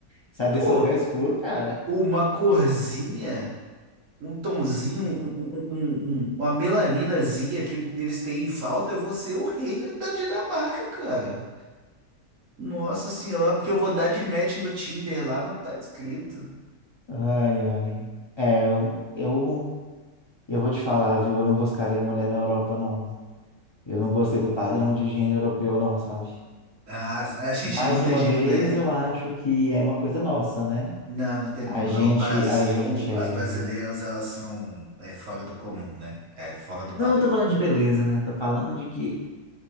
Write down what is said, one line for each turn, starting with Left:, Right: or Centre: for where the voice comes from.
Left: Sai desse
Right: pô,
Left: lugar escuro, cara.
Right: uma corzinha, um tomzinho, um, um, um- um- um, uma melaninazinha que eles têm em falta, eu vou ser o rei da, da Dinamarca, cara. Nossa senhora, porque eu vou dar de match no Tinder lá, não tá escrito.
Left: Ai, ai. É, eu, eu, eu vou te falar, viu? Eu não buscaria mulher na Europa, não. Eu não gostei do padrão de higiene europeu, não, sabe?
Right: Ah, a gente
Left: Mais
Right: não tem
Left: uma
Right: jeito,
Left: vez,
Right: né?
Left: eu acho que é uma coisa nossa, né?
Right: Não, não tem
Left: A
Right: como
Left: gente,
Right: não. O Brasil,
Left: a gente é.
Right: as brasileiras, elas são é, fora do comum, né? É, fora do padrão.
Left: Não, não tô falando de beleza, né? Tô falando de que